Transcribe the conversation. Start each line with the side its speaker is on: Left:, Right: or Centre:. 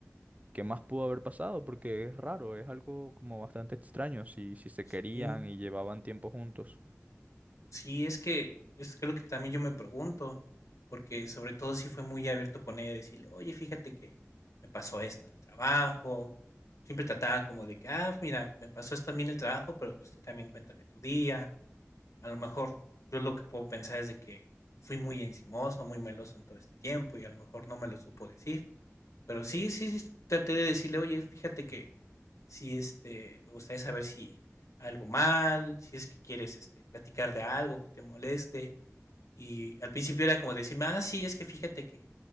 Right: ¿Qué más pudo haber pasado? Porque es raro, es algo como bastante extraño si, si se
Left: sí,
Right: querían y llevaban tiempo juntos.
Left: sí, es que es que lo que también yo me pregunto, porque sobre todo si fue muy abierto con ella, decirle, oye, fíjate que me pasó esto en el trabajo, siempre trataba como de que, ah, mira, me pasó esto también en el trabajo, pero pues tú también cuéntame tu día, a lo mejor yo lo que puedo pensar es de que fui muy encimoso, muy meloso en todo este tiempo y a lo mejor no me lo supo decir, pero sí, sí, sí, traté de decirle, oye, fíjate que si este, me gustaría saber si algo mal, si es que quieres, este, platicar de algo que te moleste. Y al principio era como decirme, ah, sí, es que fíjate que